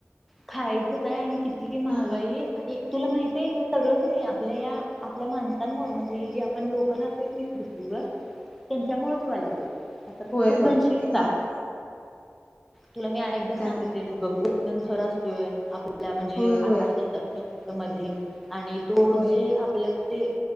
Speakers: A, in the centre; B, on the left (about 25°).
A: खायचं काय आणि किती
B: कसं
A: महागाई आणि तुला माहती आहे. सगळच नाही आपल्या या आपल्या माणसांमुळे म्हणजे जे आपण लोक राहतच नाही पृथ्वीवर त्यांच्यामुळेच व्हाय लागले आता
B: होय
A: तू
B: होय
A: म्हणशील
B: ते
A: का.
B: मात्र
A: तुला मी अनेकदा
B: काय
A: सांगितलेले बघ न र असतोय आपल्याला म्हणजे
B: होय होय
A: आकाशच मध्ये आणि तो
B: होय
A: जे आपल्या ते